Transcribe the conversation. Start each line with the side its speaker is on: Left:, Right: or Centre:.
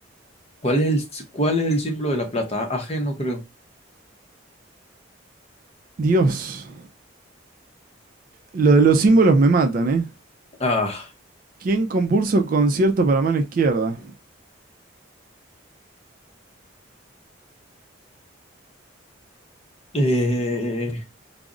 Left: ¿Cuál es el, s- cuál es el símbolo de la plata? AG, no creo.
Right: Dios, lo de los símbolos me matan, ¿eh?
Left: Ah,
Right: ¿Quién compuso concierto para mano izquierda?
Left: eh,